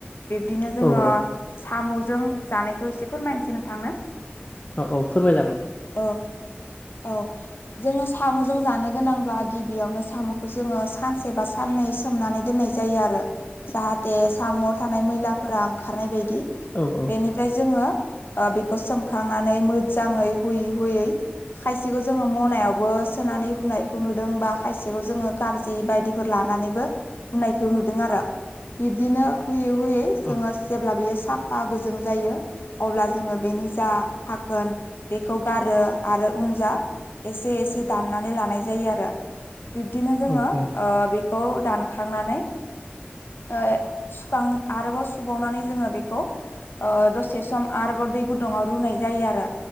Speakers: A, on the left; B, on the left.
A: बिब्दिनो जोङो
B: औ
A: साम'जों जानायखौ एसे फोरमायनोसै नोंथांनो,
B: औ औ फोरमायजागोन,
A: अ औ जोङो साम'जों जानो गोनांब्ला गिबियावनो साम'खौ जोङो सानसे बा साननै सोमनानै दोननाय जायो आरो जाहाथे साम'आव थानाय मैलाफोरा ओंखारनाय बायदि,
B: औ औ
A: बेनिफ्राय जोङो बेखौ सोमखांनानै मोजाङै हुयै हुयै खायसेखौ जोङो मनायावबो सोनानै हुनायखौ नुदों बा खायसे बेखौ जोङो गारि बायदिफोर लानानैबो होननायखौ नुदों आरो बिब्दिनो हुयै हुयै जोङो
B: औ
A: जेब्ला बियो साफा गोजों जायो, अब्ला जोङो बेनि जा थाखोन बेखौ गारो आरो उन जा एसे एसे दाननानै लानाय जायो आरो बिब्दिनो जोङो
B: औ औ
A: बेखौ दानखांनानै, ओ ए सुखां आरोबाव सुबावनानै जोङो बेखौ, ओ दसे सम आरोबाव दै गुदुङाव रुनाय जायो आरो